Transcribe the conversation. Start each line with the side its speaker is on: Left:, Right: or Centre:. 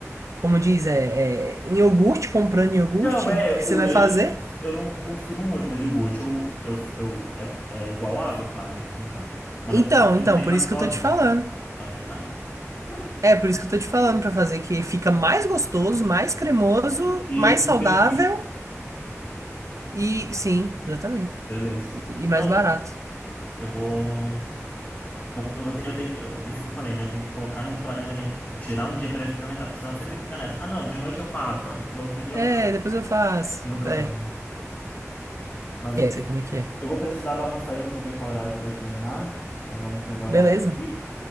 Right: como diz, é, é, em iogurte, comprando iogurte,
Left: Então, é,
Right: porque você
Left: o leite
Right: vai fazer.
Left: eu não, eu não costumo muito, mas o iogurte eu, eu, eu, é, é igual água quase aqui em casa. Mas
Right: Então,
Left: eu compro aquele
Right: então,
Left: sem
Right: por
Left: lactose,
Right: isso que eu tô te
Left: né?
Right: falando.
Left: Só que é caro. <laughs>
Right: É, por isso que eu tô te falando pra fazer, que fica mais gostoso, mais cremoso,
Left: E
Right: mais
Left: é custo-benefício.
Right: saudável e sim, exatamente.
Left: Beleza.
Right: E, e mais
Left: Não,
Right: barato.
Left: eu vou. vou- Eu, vou ter- eu tenho que. eh, Isso que eu falei, né? Eu tenho que colocar num planejamento, tipo, tirar um dia para eu experimentar, porque senão sempre fica nessa. Ah, não, de noite eu faço, ah, no outro dia
Right: É,
Left: eu faço.
Right: depois eu faço.
Left: E nunca
Right: É,
Left: vai. né? Mas
Right: é,
Left: enfim.
Right: sei como é que é.
Left: Eu vou precisar dar uma saída, aproveitar o horário para ir treinar, para não pegar o
Right: Beleza,
Left: horário de pico.